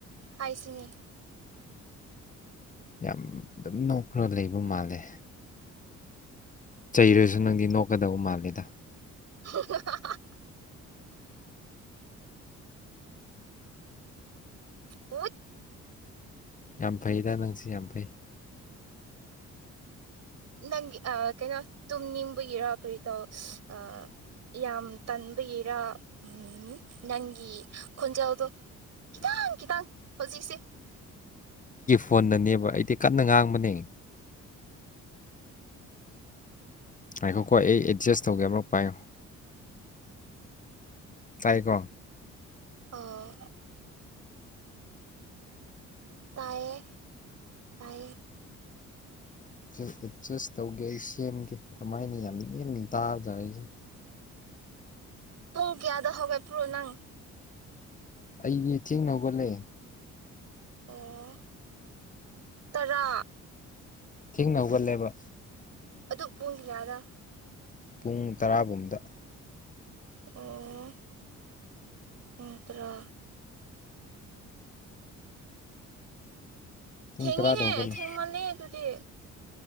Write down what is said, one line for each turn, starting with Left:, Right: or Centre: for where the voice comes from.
Right: ꯍꯥꯏꯁꯤꯅꯤ
Left: ꯌꯥꯝ ꯑꯗꯨꯝ ꯅꯣꯛꯈ꯭ꯔ ꯂꯩꯕ ꯃꯥꯜꯂꯦ ꯆꯩꯔꯁꯨ ꯅꯪꯗꯤ ꯅꯣꯛꯀꯗꯕ ꯃꯥꯂꯦꯗ
Right: <inaudible> ꯎꯠ
Left: ꯌꯥꯝ ꯐꯩꯗ ꯅꯪꯁꯨ ꯌꯥꯝ ꯐꯩ
Right: ꯅꯪꯒꯤ ꯀꯩꯅꯣ ꯇꯨꯝꯅꯤꯡꯕꯨꯒꯤꯔꯣ ꯀꯔꯤ ꯇꯧ ꯑ ꯌꯥꯝ ꯇꯟꯕꯒꯤꯔꯥ ꯎ ꯅꯪꯒꯤ ꯈꯣꯟꯖꯦꯜꯗꯣ ꯈꯤꯇꯪ ꯈꯤꯇꯪ ꯍꯧꯖꯤꯛꯁꯤ
Left: ꯐꯣꯟꯟꯅꯅꯦꯕ ꯑꯩꯗꯤ ꯀꯟꯅ ꯉꯥꯡꯕꯅꯦ ꯍꯥꯏꯈꯣꯀꯣ ꯑꯩ ꯑꯦꯗꯖꯁ ꯇꯧꯒꯦ ꯑꯃꯂꯛ ꯄꯥꯏꯌꯨ ꯇꯥꯏꯀꯣ
Right: ꯑꯣ ꯇꯌꯦ ꯇꯌꯦ
Left: ꯑꯦꯗꯖꯁ ꯇꯧꯒꯦ ꯑꯩ ꯁꯦꯝꯒꯦ ꯀꯃꯥꯏꯅ ꯌꯥꯝ ꯅꯤꯡ ꯌꯥꯝ ꯇꯥꯕ <inaudible>
Right: ꯄꯨꯡ ꯀꯌꯥꯗ ꯍꯧꯒꯦ ꯄꯨꯔꯣꯑꯣ ꯅꯪ
Left: ꯑꯩꯒꯤ ꯊꯦꯡ ꯍꯧꯒꯠꯂꯑꯦ
Right: ꯑꯣ ꯇꯔꯥ
Left: ꯊꯦꯡꯅ ꯍꯧꯒꯠꯂꯦꯕ
Right: ꯑꯗꯨ ꯄꯨꯡꯗꯤ ꯌꯥꯗ
Left: ꯄꯨꯡ ꯇꯔꯥꯕꯨꯝꯗ
Right: ꯑꯣ ꯐꯟꯇ꯭ꯔꯥ
Left: ꯄꯨꯡ
Right: ꯊꯦꯉꯤꯍꯦ
Left: ꯇꯔꯥꯗ ꯍꯧꯒꯠꯂꯦ
Right: ꯊꯦꯦꯡꯃꯂꯤꯦ ꯑꯗꯨꯗꯤ